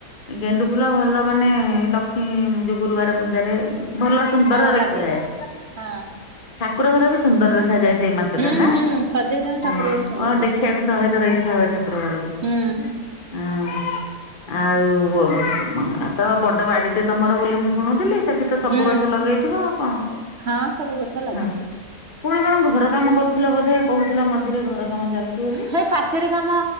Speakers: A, on the left; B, on the right.
A: ଗେଣ୍ଡୁ ଫୁଲ, ଭଲ ମାନେ ଲକ୍ଷ୍ମୀ ଯୋଉ ଗୁରୁବାର ପୂଜାରେ ଭଲ ସୁନ୍ଦର
B: ହଁ
A: ଦେଖାଯାଏ।
B: ଲାଗେ ହଁ ହଁ।
A: ଠାକୁର ଘର ବି ସୁନ୍ଦର ଦେଖାଯଏ ସେଇ ମାସ।
B: ହୁଁ
A: ଟା ନା
B: ହୁଁ
A: ହଁ
B: ସଜେଇଦେଲେ ଠାକୁର ଘର ସୁନ୍ଦର ଦିଶିବ।
A: ଦେଖିବାକୁ ଶହେଥର ଇଚ୍ଛା ହୁଏ ଠାକୁର ଘରକୁ।
B: ହୁଁ
A: ହଁ। ଆଉ ବ ତ ବଡ ବାଡିଟେ ତମର ବୋଲି ମୁଁ ଶୁଣୁଥିଲି। ଏତେ ସବୁ
B: ହୁଁ
A: ଗଛ ଲଗେଇଥିବ ଆଉ କଣ?
B: ହଁ ସବୁ ଗଛ ଲାଗିଛି।
A: ହଁ ପୁଣି କଣ ଘର କାମ କରୁଥିଲ ବୋଧେ କହୁଥିଲ ମଝିରେ ଘର କାମ ଚାଲିଛି ବୋଲି।
B: ନାଇ ପାଚେରୀ କାମ